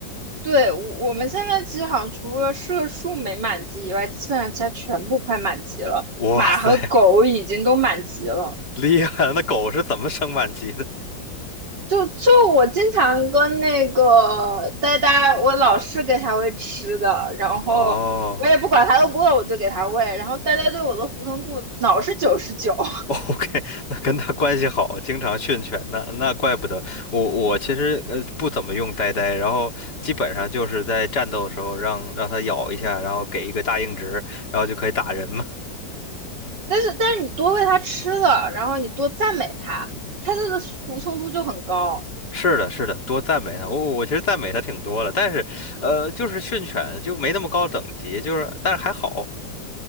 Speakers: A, on the right (about 65°); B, on the left (about 55°).
A: 对，我我们现在其实好像除了射术没满级以外，基本上其他全部快满级了，
B: 哇塞，
A: 马和狗已经都满级了。
B: 厉害了！那狗是怎么升满级的？
A: 就就我经常跟那个呆呆，我老是给他喂吃的，
B: <laughs>
A: 然后我也不管他饿不饿，
B: 哦
A: 我就给他喂。然后呆呆对我的服从度老是九十九，<laughs>
B: ，OK，那跟它关系好，经常训犬，那那怪不得我我其实呃不怎么用呆呆，然后基本上就是在战斗的时候让让它咬一下，然后给一个大硬直，然后就可以打人嘛。
A: 但是但是你多喂他吃的，然后你多赞美他，他的服从度就很高。
B: 是的，是的，多赞美它。我我其实赞美它挺多的，但是呃，就是训犬就没那么高等级，就是但是还好，